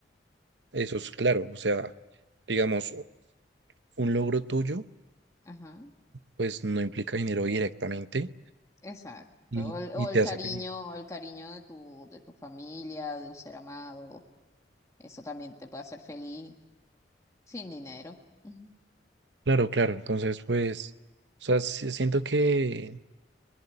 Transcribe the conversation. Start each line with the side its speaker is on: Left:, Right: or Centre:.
Right: eso es claro, o sea, digamos, un logro tuyo,
Left: Ajá.
Right: pues no implica dinero directamente
Left: Exacto.
Right: y,
Left: O el, o
Right: y te
Left: el cariño,
Right: hace feliz.
Left: o el cariño de tu, de tu familia, de un ser amado. Eso también te puede hacer feliz sin dinero. Ujú.
Right: Claro, claro, entonces pues, o sea, sí siento que,